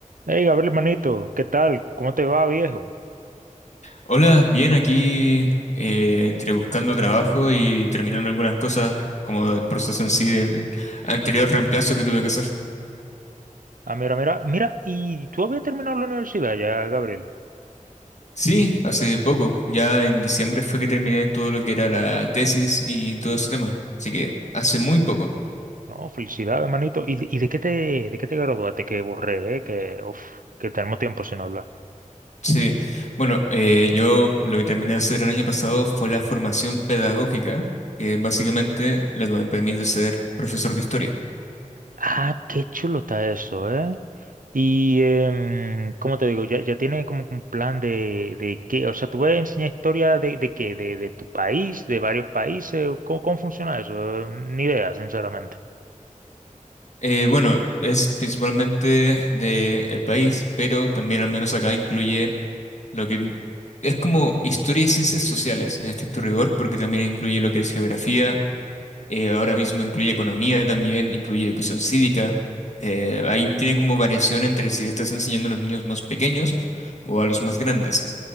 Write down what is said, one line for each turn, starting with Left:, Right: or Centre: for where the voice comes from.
Right: Hey, Gabriel, manito, ¿qué tal? ¿Cómo te va, viejo?
Left: Hola, bien, aquí eh, entre buscando trabajo y terminando algunas cosas como el proceso en sí del anterior reemplazo que tuve que hacer.
Right: Ah, mira, mira, mira, ¿y tú habías terminado la universidad ya, Gabriel?
Left: Sí, hace poco, ya en diciembre fue que terminé todo lo que era la tesis y todo ese tema, así que hace muy poco.
Right: No, felicidades, manito. ¿Y, de y de qué te, de qué te graduaste? Que borré, eh, que, uf, que tenemos tiempo sin hablar.
Left: Sí, bueno, eh, yo lo que terminé de hacer el año pasado fue la formación pedagógica, que es básicamente
Right: Ujú.
Left: lo que me permite ser profesor de historia.
Right: Ah, qué chulo está eso, ¿eh? Y, em, ¿cómo te digo? Ya, ya tiene como un plan de, de qué, o sea, ¿tú vas a enseñar historia de, de qué? ¿De, de tu país, de varios países? ¿Cómo, cómo funciona eso? Ni idea, sinceramente.
Left: Eh, bueno, es principalmente del país, pero también al menos acá incluye lo que es como historia y ciencias sociales, en estricto rigor, porque también incluye lo que es geografía, eh, ahora mismo incluye economía también, incluye educación cívica. eh, ahí tiene como variación entre si le estás enseñando a los niños más pequeños o a los más grandes.